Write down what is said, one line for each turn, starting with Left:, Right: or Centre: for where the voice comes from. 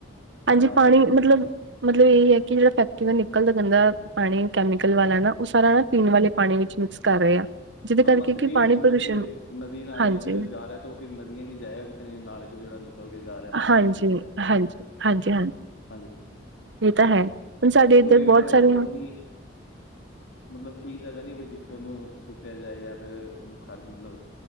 Right: ਹਾਂਜੀ
Left: ਆਹ
Right: ਪਾਣੀ
Left: ਚੀਜ਼
Right: ਮਤਲਬ
Left: ਹੈ
Right: ਮਤਲਬ ਇਹਹੀ ਹੈ ਕਿ ਜਿਹੜਾ ਫੈਕਟਰੀ ਦਾ ਨਿਕਲਦਾ ਗੰਦਾ ਪਾਣੀ ਕੈਮੀਕਲ ਵਾਲਾ ਨਾ ਉਹ ਸਾਰਾ ਨਾ ਪੀਣ ਵਾਲੇ ਪਾਣੀ ਵਿੱਚ ਮਿਕਸ ਕਰ ਰਹੇ ਆ ਜਿਹਦੇ ਕਰਕੇ
Left: ਹਾਂ ਬਸ ਇਹੀ
Right: ਕਿ ਪਾਣੀ
Left: ਸਮਝੋ
Right: ਪ੍ਰਦੂਸ਼ਣ
Left: ਕਿ ਨਦੀ ਨਾਲੇ
Right: ਹਾਂਜੀ
Left: ਚ ਜਾ ਰਿਹਾ, ਤੇ ਉਹ ਕਿ ਨਦੀਆਂ ਚ ਜਾਏਗਾ ਕਿਤੇ ਨਾ ਕਿਤੇ ਨਾਲੇ ਚ ਜਿਹੜਾ ਨਿਕਲ ਨਿਕਲ ਕੇ ਜਾ ਰਿਹਾ ਪਾਣੀ
Right: ਹਾਂਜੀ
Left: ਹੈ ਕੁਛ ਹੈ
Right: ਹਾਂਜੀ ਹਾਂਜੀ
Left: ਹਾਂਜੀ।
Right: ਇਹ ਤਾਂ ਹੈ ਹੁਣ ਸਾਡੇ
Left: ਉਹਦਾ
Right: ਇੱਧਰ
Left: ਕੋਈ
Right: ਬਹੁਤ
Left: ਪਰ ਉਹ
Right: ਸਾਰੀਆਂ
Left: ਮਤਲਬ ਠੀਕ ਜਗ੍ਹਾ ਨੀ ਬਈ ਜਿੱਥੇ ਉਹਨੂੰ ਸ਼ੂਟ ਕੁੱਟਿਆ ਜਾਏ ਜਾਂ ਫ਼ਿਰ ਉਹਨੂੰ ਖਾਲ ਮਤਲਬ